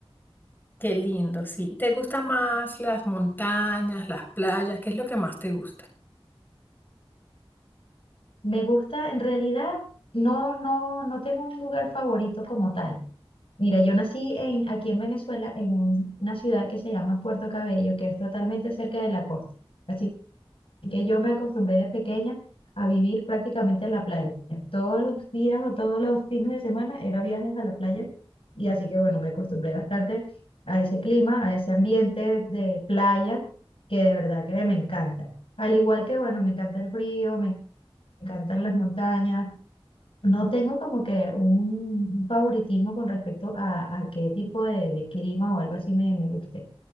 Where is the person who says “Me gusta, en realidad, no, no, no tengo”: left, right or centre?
Left